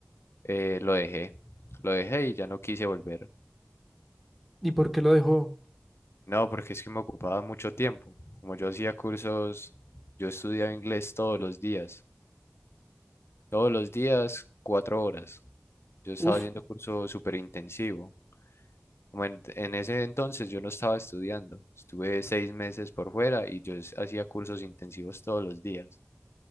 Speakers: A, on the left (about 75°); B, in the centre.
A: eh, lo dejé, lo dejé y ya no quise volver.
B: ¿Y por qué lo dejó?
A: No, porque es que me ocupaba mucho tiempo. Como yo hacía cursos, yo estudiaba inglés todos los días. Todos los días, cuatro horas. Yo estaba
B: Uf.
A: haciendo curso súper intensivo. Como en, en ese entonces yo no estaba estudiando. Estuve seis meses por fuera y yo es- hacía cursos intensivos todos los días.